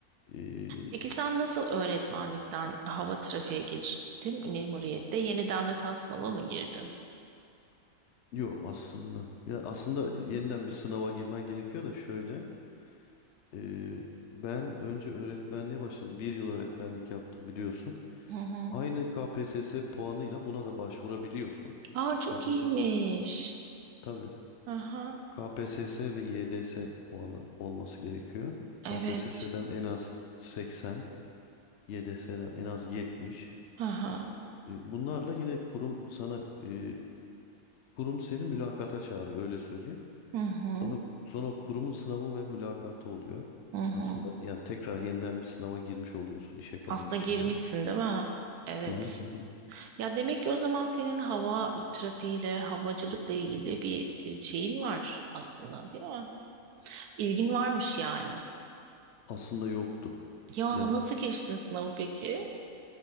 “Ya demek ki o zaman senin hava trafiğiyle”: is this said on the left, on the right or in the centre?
Right